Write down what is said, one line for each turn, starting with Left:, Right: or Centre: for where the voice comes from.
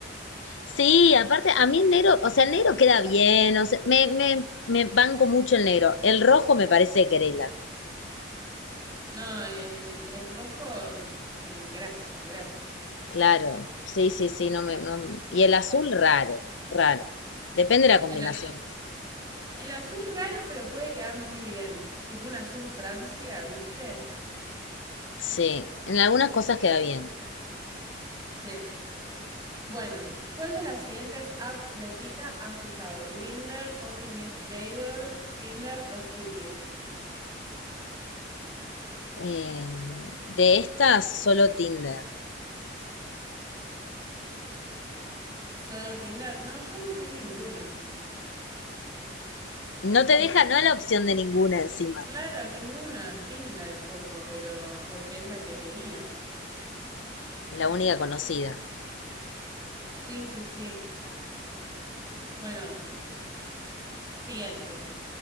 Left: Sí, aparte, a mí el negro, o sea, el negro queda bien, o sea, me, me, me banco mucho el negro. El rojo me parece querela.
Right: No, el, el rojo, eh, grasa, grasa.
Left: Claro, sí, sí, sí, no me, no- Y el azul, raro, raro. Depende de la combinación.
Right: El azul, el azul raro, pero puede quedar muy bien. Tipo un azul Francia, ¿viste?
Left: Sí, en algunas cosas queda bien.
Right: Sí. Bueno, ¿cuál de las siguientes apps de cita has usado? Grinder, Coffee Miss Bagel, Tinder o Cupid?
Left: Eh, de estas, solo Tinder.
Right: ¿Solo Tinder? No, yo no usé ninguna.
Left: Y No te
Right: Tinder.
Left: deja, no la opción de ninguna encima.
Right: Claro, ninguna. Tinder pongo, pero porque es la que tenía.
Left: La única conocida.
Right: Sí, sí, sí. Bueno, siguiente.